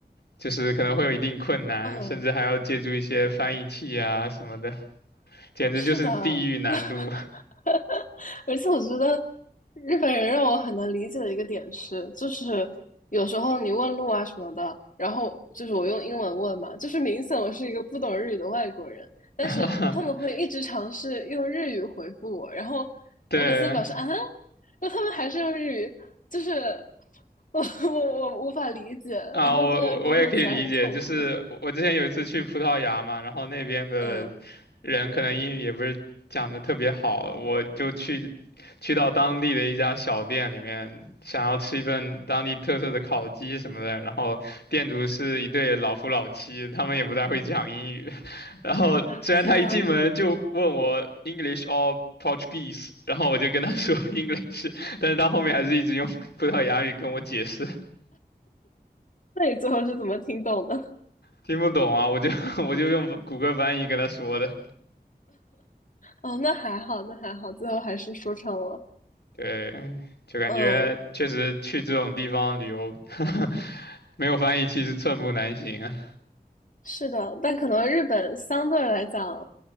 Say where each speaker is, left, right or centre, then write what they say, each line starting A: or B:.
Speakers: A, on the left (about 90°); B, on the left (about 50°).
A: 就是可能会有一定困难，
B: 嗯，
A: 甚至还要借助一些翻译器啊什么的，简直就是地狱难度。
B: 是的，<laughs> <laughs> 而且我觉得日本人让我很难理解的一个点是，就是有时候你问路啊什么的，然后就是我用英文问嘛，就是明显我是一个不懂日语的外国人，但是他们会一直尝试用日语回复我，
A: <laughs>
B: 然后我每次表示啊，
A: 对，
B: 那他们还是用日语，就是 <laughs> 我我我无法理解，
A: 啊，
B: 然后真的沟通起来很痛苦。
A: 我我我也可以理解，就是我我之前有一次去葡萄牙嘛，然后那边的
B: 嗯，
A: 人可能英语也不是讲的特别好，我就去去到当地的一家小店里面，想要吃一份当地特色的烤鸡什么的，然后店主是一对老夫老妻，他们也不太会讲英语，<laughs> 然后虽然他一进门就问我
B: 啊，天啊，
A: English or Portuguese，然后我就跟他说 <laughs> English，但是他后面还是一直用葡萄牙语跟我解释。
B: 那你最后是怎么听懂的？
A: 听不懂啊，我就 <laughs> 我就用谷歌翻译跟他说的。
B: 哦，那还好，那还好，最后还是说成了。
A: 对，就感觉确实去这种地方旅游，
B: 嗯，
A: <laughs> 没有翻译器是寸步难行啊。
B: 是的，但可能日本相对来讲